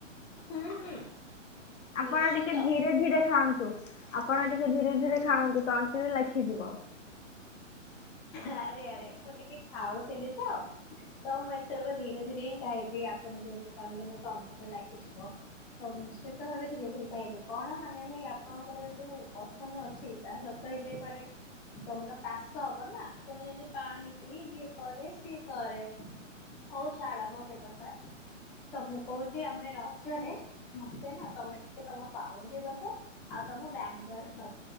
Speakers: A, in the centre; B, on the left (about 70°).
A: ହୁଁ ହୁଁ।
B: ଆପଣ
A: ନିଶ୍ଚିନ୍ତ।
B: ଟିକେ ଧୀରେ ଧୀରେ ଖାଆନ୍ତୁ। ଆପଣ ଟିକେ ଧୀରେ ଧୀରେ ଖାଆନ୍ତୁ ତନ୍ତିରେ ଲେଖିଯିବ।
A: ଆରେ ଆରେ ମୁଁ ଟିକେ ଖାଉଥିଲି ତ ତ ମୁଁ ଏଥରକ ଧୀରେ ଧୀରେ ହିଁ ଖାଇବି ଆପଣ ଯେହେତୁ କହିଲେ ମୋ ତଣ୍ଟରେ ଲାଗିଯିବ ତ ନିଶ୍ଚିତ ଭାବେ ଧୀରେ ଧୀରେ ଖାଇବି କଣ ମାନେ ନାଇଁ ଆପଣଙ୍କର ଯ ଯୋଉ ପଥନ ଅଛି ତାହା ସତ ହେଇଯାଇପାରେ ତମର ଚାଷ ହବ ନା ପୁଣି ଯାଇକି ପାଣି ପିଇ ଇଏ କରେ ସିଏ କରେ ହଉ ଛାଡ ମୋତ କଥା ତ ମୁଁ କହୁଛି ଆମେ ରଜରେ ମତେ ନା ତମେ ଟିକେ ତମ ପାଉଁଜି ଦବ ଆଉ ତମ ବ୍ୟାଙ୍ଗଲସ ଦବ